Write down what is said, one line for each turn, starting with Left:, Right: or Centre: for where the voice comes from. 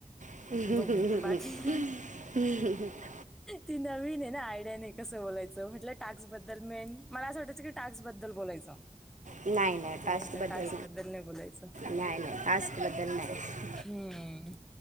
Right: <unintelligible>
Centre: बघू बाकी ती नवीन आहे ना. आयडिया नाही कसं बोलायचं. म्हटलं, टास्क बद्दल मेन मला असं वाटायचं की टास्क बद्दल बोलायचं.
Right: नाही नाही
Centre: तुम्ही
Right: टास्कबद्दल
Centre: म्हणता, टाक्स बद्दल नाही बोलायच.
Right: नाही नाही टास्कबद्दल नाही
Centre: हम्म.